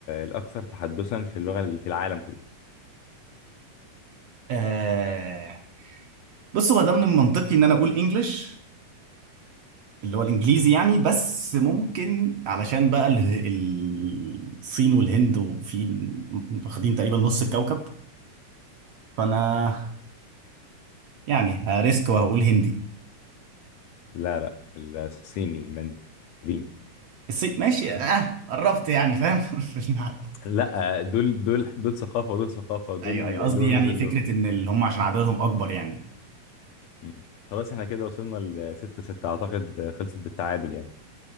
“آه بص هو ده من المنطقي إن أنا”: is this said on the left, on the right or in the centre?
Right